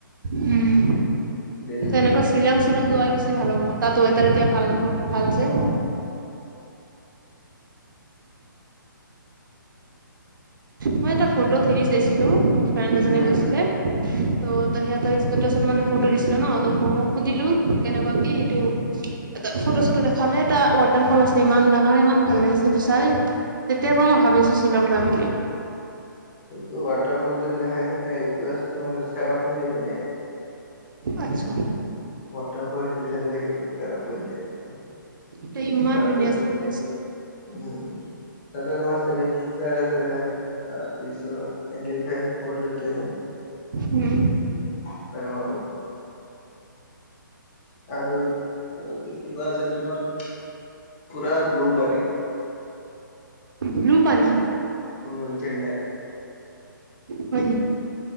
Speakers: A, on the right; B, on the left.
A: উম,
B: দিল্লী
A: তেনেকুৱা শ্বিলং, শ্বিলং যোৱাই বেছি ভাল হ'ব তাত ৱেডাৰ এতিয়া
B: উ
A: ভাল নহ ভাল যে
B: উম
A: মই এটা ফটো হেৰি চাইছিলো মোৰ ফ্ৰেণ্ড এজনে
B: উম
A: গৈছিলে ত সিহঁতৰ ইচতেতাচত মানে ফটো দিছিলে ন ত মই সুধিলো কেনেকুৱা কি এইটো এটা ফটো চটো দেখালে এটা ৱাটাৰ ফল আছে ইমান ডাঙৰ ইমান ভাল লাগিছে তোৰ চাই তেতিয়াৰ পৰা মই ভাবি আছো শ্বিলং যাম বুলি
B: সেইটো ওৱাতাৰ ফ যদি দেখাই আছে তেয়া এইটো আছে তোমাৰ চেৰাপুঞ্জি পিনে
A: আচ্ছা
B: ওৱাতাৰফল হেতো চাইদত থাকিব চেৰাপুঞ্জিত
A: তে ইমান
B: ততে
A: ধুনীয়া
B: উম
A: আছিল প্লেচটো
B: তাতে তোমাৰ চেভেন চিচতাৰ আছে তাৰপিছত এলিভেন ফল্ড আছে
A: উম
B: অ আৰুটো কি কোৱা আছিল তোমাৰ পুৰা ব্লু পানী
A: ব্লু পানী
B: উম চেন্নাইত
A: হয়নি